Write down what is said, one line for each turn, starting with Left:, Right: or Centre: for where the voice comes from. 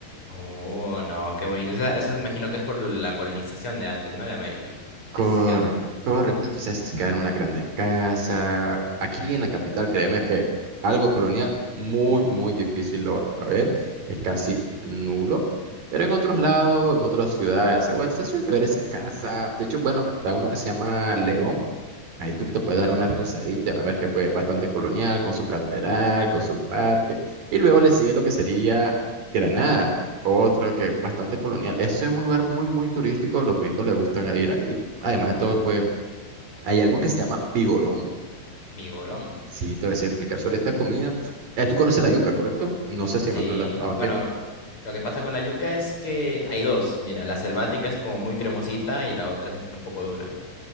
Left: Oh, no, qué bonito. O sea, eso imagino que es por la colonización de antes, ¿no? De América.
Right: Correcto,
Left: que Así se quedó.
Right: correcto. Entonces se quedaron las grandes casas. Aquí en la capital, créeme que algo colonial muy, muy difícil lo va a ver. Es casi nulo. Pero en otros lados, en otras ciudades, bueno, se suele ver esas casas. De hecho, bueno, está uno que se llama León. Ahí tú te
Left: Ujú,
Right: puedes dar una revisadita, va a ver que pues bastante colonial, con su catedral, con su parque. Y luego le sigue lo que sería Granada, otro que es bastante colonial. Eso es un lugar muy, muy turístico, los gringos les gustan ir ahí. Además de todo, pues hay algo que se llama vigorón.
Left: Migorón.
Right: Sí, te voy a decir, explicar sobre esta comida. Eh, tú conoces la yuca, ¿correcto? No sé si
Left: Sí,
Right: en otro lado. ah, ok.
Left: bueno, lo que pasa con la yuca es que hay dos. Mira, la selvática es como muy cremosita y la otra es esta un poco dura.